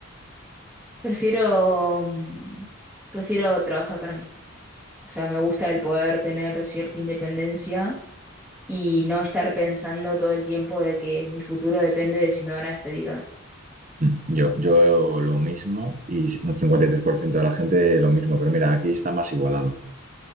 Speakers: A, in the centre; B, on the right.
A: Prefiero, mm, prefiero trabajar para mí. O sea, me gusta el poder tener cierta independencia y no estar pensando todo el tiempo de que mi futuro depende de si me van a despedir o no.
B: Mm, Yo, yo lo mismo y un 53% de la gente lo mismo, pero mira, aquí está más igualado.